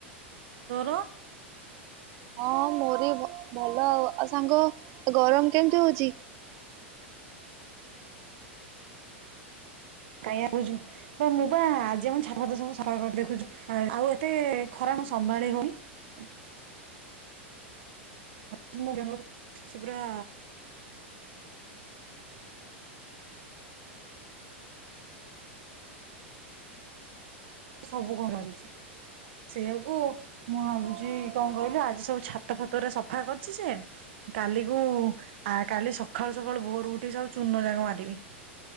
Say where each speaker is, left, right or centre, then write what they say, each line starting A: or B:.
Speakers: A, on the right; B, on the right.
A: ତୋର?
B: ହଁ ମୋର ବି ଭ ଭଲ ଆଉ ଆଉ ସାଙ୍ଗ ଗରମ କେମିତି ହଉଚି?
A: କାଇଁ ଆଉ କହୁଛୁ ହଁ ମୁଁ ପା ଆଜି ଆମ ଛାତ ଫାତ ସବୁ ସଫା କରି ଦେଖୁଛୁ, ଆଉ ଏତେ ଖରା ମା-ସମ୍ଭାଳି ହଉନି। ଉଁ <unintelligible> ସେ ପୁରା <inaudible> ସବୁକୁ ମାଡିଛି, ସେଇଆ କୁ ମୁଁ ଭାବୁଚି କଣ କହିଲୁ ଆଜି ସବୁ ଛାତ ଫାତ ରେ ସଫା କରିଛି ସେ କାଲି କୁ ଆ କାଲି ସ ଖାଳୁ ସକାଳୁ ଭୋରୁ ଉଠି ସବୁ ଚୂନ ଯାକ ମାରିଦେବି,